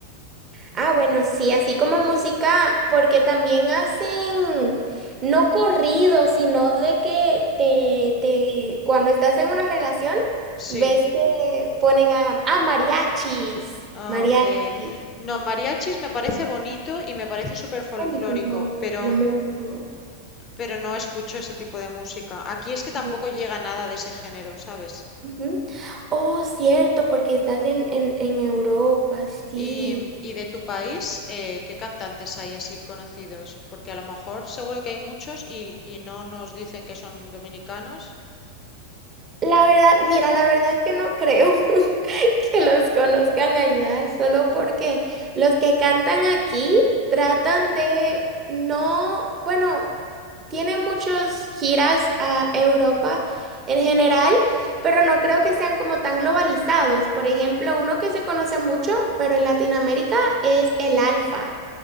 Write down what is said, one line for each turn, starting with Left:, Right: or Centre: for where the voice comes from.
Right: Ah, bueno, sí, así como música, porque también hacen, no corrido, sino de que te, te, cuando estás en una relación,
Left: Sí,
Right: ves que ponen a, ah, mariachis,
Left: ah,
Right: mariachis.
Left: ok. No, mariachis me parece bonito y me parece súper folclórico,
Right: Qué lindo,
Left: pero,
Right: hermoso.
Left: pero no escucho ese tipo de música. Aquí es que
Right: ¿no?
Left: tampoco llega nada de ese género, ¿sabes?
Right: Ujú. Oh, cierto, porque estás en, en, en Europa, sí.
Left: Y, y de tu país, eh, ¿qué cantantes hay así conocidos? Porque a lo mejor seguro que hay muchos y, y no nos dicen que son dominicanos.
Right: La verdad, mira, la verdad que no creo <laughs> que los conozcan allá, solo porque los que cantan aquí tratan de no, bueno. Tiene muchas giras a Europa en general, pero no creo que sean como tan globalizados. Por ejemplo, uno que se conoce mucho, pero en Latinoamérica es el Alfa,